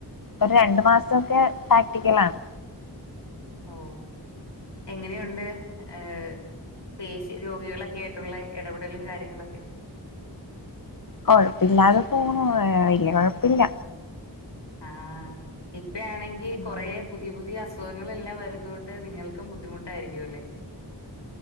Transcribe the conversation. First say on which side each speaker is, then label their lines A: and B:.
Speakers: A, on the left; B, on the left.
A: ഒരു രണ്ടു മാസം ഒക്കെ പ്രാക്റ്റിക്കൽ ആണ്.
B: ഓ എങ്ങനെയുണ്ട്? ഏഹ് പേഷി രോഗികളൊക്കെ ആയിട്ടുള്ള ഇടപെടലും കാര്യങ്ങളൊക്കെ.
A: കൊഴപ്പില്ലാതെ പോണു. ഏ വലിയ കൊഴപ്പില്ല.
B: ആഹ്... ഇ പ്പഴാണെങ്കിൽ
A: ഉം
B: കുറേ പുതിയ പുതിയ അസു സുഖങ്ങളെല്ലാം വരുന്നത് കൊണ്ട് നിങ്ങൾക്കും ബുദ്ധിമുട്ടായിരിക്കും അല്ലേ.